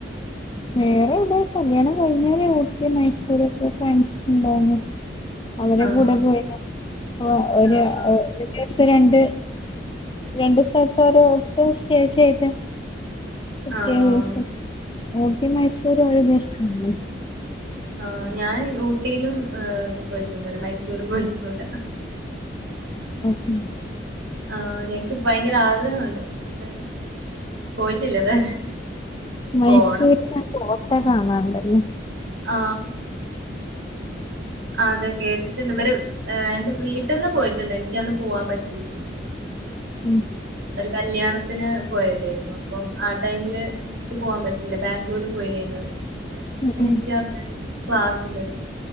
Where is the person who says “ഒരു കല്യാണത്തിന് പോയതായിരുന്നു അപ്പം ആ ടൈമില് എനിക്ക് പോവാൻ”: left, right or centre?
Right